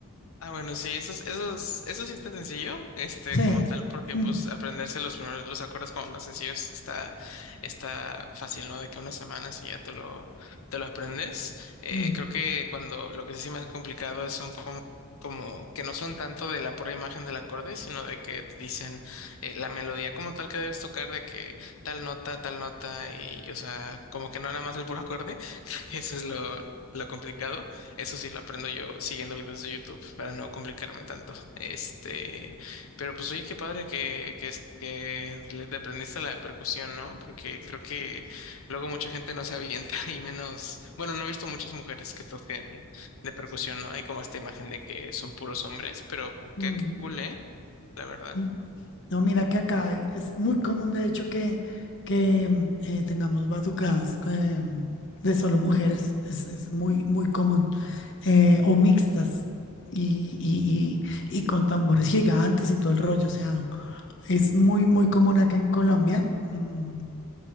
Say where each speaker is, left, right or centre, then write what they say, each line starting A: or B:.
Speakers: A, on the left (about 70°); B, on the left (about 55°).
A: Ah, bueno, sí, eso, es- eso, es- eso sí está sencillo, este,
B: Sí.
A: como tal, porque
B: Mm,
A: pues aprenderse los primeros, los acordes como más sencillos está, está fácil, ¿no? De que unas semanas y ya te lo, te lo aprendes. Eh,
B: mm,
A: creo que cuando lo que sí se me ha complicado es son como, como que no son tanto de la pura imagen del acorde, sino de que te dicen eh, la melodía como tal que debes tocar, de que tal nota, tal nota, y, o sea, como que no nada más el puro acorde, <laughs> creo que eso es lo, lo complicado. Eso sí lo aprendo yo siguiendo videos de YouTube para no complicarme tanto. Este, pero pues oye, qué padre que, que, es- que le te aprendiste la percusión, ¿no? Porque creo que luego mucha gente no se avienta <laughs> y menos, bueno, no he visto muchas mujeres que toquen de percusión, ¿no? Hay como esta imagen de que son puros hombres, pero
B: mm.
A: qué cool, ¿eh? La verdad.
B: Mm, No, mira que acá hay- es muy común, de hecho, que, que mm, eh, tengamos batucadas eh, de solo mujeres. Es, es muy, muy común. eh, o mixtas y, y- y- y con tambores gigantes y todo el rollo. O sea, es muy, muy común acá en Colombia. mm,